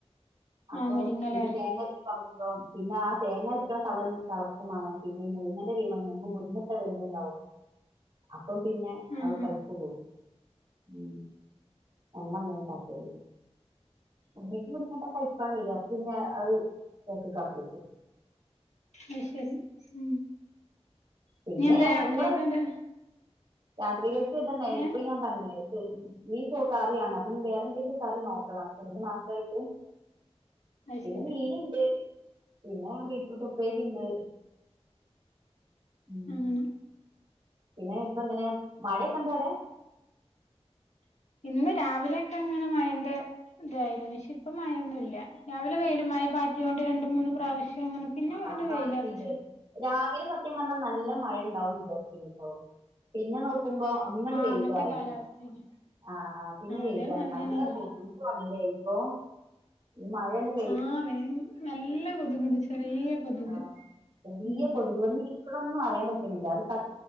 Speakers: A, on the right; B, on the left.
A: അപ്പം
B: ആഹ് മുരിങ്ങലേ
A: പിന്നെ തേങ്ങര്ച്ച് പാരുമ്പോ പിന്നെ ആ തേങ്ങര്ക്ക്ണ തള തളക്കും മാണം. പിന്നെ ഈ മുരിങ്ങന്റെ വീ <unintelligible> മുമ്പും മുരിങ്ങട്ട വെന്ത്ണ്ടാവും. അപ്പം പിന്നെ
B: ആഹ്
A: അയ് കയ്പ്പ് കൂടും. ഉം ഞങ്ങളങ്ങനെ കാട്ടല്. മുമ്പ്ക്ക് മുരിങ്ങട്ട കയ്പ്പാണ് വെര. പിന്നെ അയ് ഒറ്റക്കാക്യക്കും.
B: അയ്ശെരി. ഉം
A: പിന്നെ
B: ഇനി എന്താ
A: ഞങ്ങള്
B: രാത്രിക്കണ്ട്
A: ങ്ങള് രാത്രികേക്ക് ഇതന്നെ ഇപ്പൊ
B: ഏഹ്
A: ഞാൻ പർഞ്ഞില്ലേ തെ ഈ കൂ കറിയാണ് അപ്പൊ ഞ്ഞി വേറെ എന്തെങ്കിലും കറി നോക്കണം. ഹസ്ബൻഡ്ന് മാത്രായിട്ട്.
B: അത്
A: പിന്നെ
B: ശരി
A: മീന്ണ്ട്. പിന്നെ ബീറ്റ്റൂട്ട് ഉപ്പേരിണ്ട്. ഉം.
B: അങ്ങനെ
A: പിന്നെ ഇപ്പൊങ്ങനെ മഴയൊക്കെണ്ടോ അടെ?
B: ഇന്ന് രാവിലെയൊക്കെങ്ങനെ മഴന്റെ തായിരുന്നു ഷേ പ്പം മഴൊന്നുല്ല്യ. രാവിലെ വെയിലും മഴ പാറ്റ്യോണ്ട് രണ്ടും മൂന്നും പ്രാവിശ് ങ്ങനെ പിന്നെ
A: ആ
B: അണ്ട്
A: പാറ്റിയില്ലേ
B: വെയിലർച്ച്.
A: രാവിലെ സത്യം പർഞ്ഞാ നല്ല മഴണ്ടാവും വിചാരിച്ചിനിട്ടോ. പിന്നെ നോക്കുമ്പോ പിന്നണ്ട്
B: ആഹ്
A: വെയിലായി.
B: അങ്ങനത്തെ കാലാവസ്ഥേന്
A: ആഹ്, ആഹ് പിന്നെ
B: ആ
A: വെയിലായി
B: അതേമാതിരി
A: നല്ല
B: തന്നെ ഇവിടേം
A: കൊതു തു ആണ്ലേ ഇപ്പോ. ഈ മഴെണ്ട്
B: ആഹ്, വയ് നല്ല കൊത്ക്ണ്ട് ചെറിയ കൊതുക്
A: ആഹ്, ചെറിയ
B: ഉം
A: കൊതുക് വന്നിരി ക്ക്ണൊന്നും അറിയാൻ പറ്റ്ണില്ല. അത് കത്